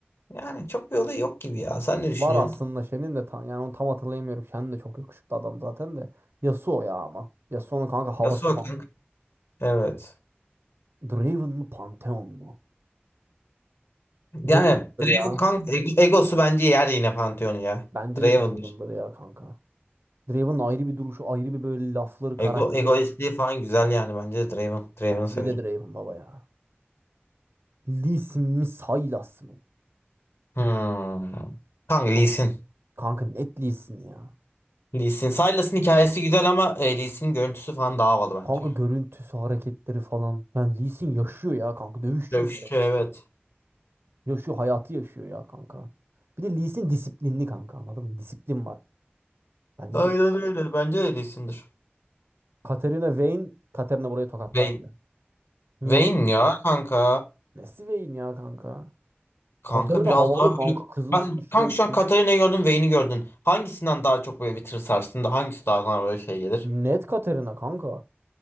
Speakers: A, on the left; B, on the right.
A: yani çok bir olayı yok gibi ya. Sen ne düşünüyorsun?
B: Var aslında Shen'in de tam yani onu tam hatırlayamıyorum. Shen de çok yakışıklı adam zaten de. Yasuo ya ama. Yasuo'nun kanka havası
A: Yasuo
B: falan.
A: kanka. Evet.
B: Draven mı Pantheon mu? Draven'dır
A: Yani Draven
B: ya.
A: kanka ego- egosu bence yer yine Pantheon'u ya.
B: Bence
A: Draven'dır.
B: de Draven'dır ya kanka. Draven'ın ayrı bir duruşu, ayrı bir böyle lafları, karakteri.
A: Ego, egoistliği falan güzel yani bence de Draven. Draven'ı
B: Bence
A: severim.
B: de Draven baba ya. Lee Sin mi Sylas mı?
A: Hmm. Kanka Lee
B: Ha-
A: Sin.
B: Kanka net Lee Sin ya.
A: Lee Sin. Silas'ın hikayesi güzel ama e, Lee Sin'in görüntüsü falan daha havalı
B: Kanka
A: bence.
B: görüntüsü, hareketleri falan. Yani Lee Sin yaşıyor ya kanka. Dövüşçü
A: Dövüşçü
B: bir kere.
A: evet.
B: Yaşıyor, hayatı yaşıyor ya kanka. Bir de Lee Sin disiplinli kanka anladın mı? Disiplin var. Bence
A: Aynen
B: de.
A: öyle. Bence de Lee Sin'dir.
B: Katarina Vayne, Katarina burayı tokatlar
A: Vayne.
B: bile. Niye?
A: Vayne ya kanka.
B: Messi Vayne ya kanka.
A: Kanka
B: Katarina
A: biraz
B: havalı
A: daha
B: kanka.
A: böyle...
B: Kızıl
A: Ben
B: saçlı.
A: kanka şu an
B: şey,
A: Katarina'yı gördüm, Vayne'i gördün. Hangisinden daha çok böyle bir tır sarsın da hangisi daha sana böyle şey gelir?
B: Net Katerina kanka.